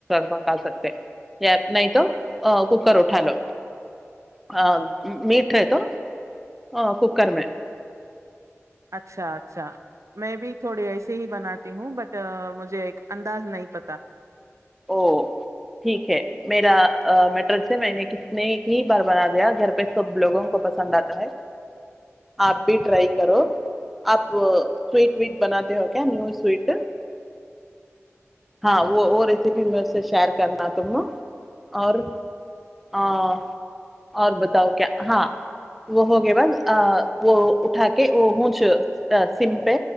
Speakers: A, in the centre; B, on the right.
A: پکا سکتے یا نہیں تو کوکر اٹھا لو ہاں میٹ ہے تو ہاں ککر میں
B: اچھا اچھا میں بھی تھوڑی ایسے ہی بناتی ہوں بٹ مجھے ایک انداز نہیں پتا
A: او ٹھیک ہے میرا میٹر ہے میں نے کت نے ہی بار بنا دیا گھر پہ سب لوگوں کو پسند آتا ہے آپ بھی ٹرائی کرو آپ سویٹ ویٹ بناتے ہو کیا نیو سوٹ ہاں وہ پھر بھی میں اسے شیئر کرنا تم اور ہاں اور بس بتاؤ کیا ہاں وہ ہوگے بس وہ اٹھا کے وہ ہ سمپے